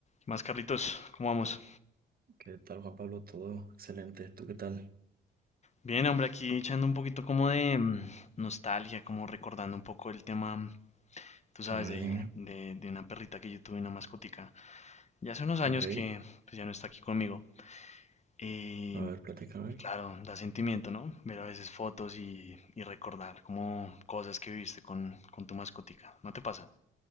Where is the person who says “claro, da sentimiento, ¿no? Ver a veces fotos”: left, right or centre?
Left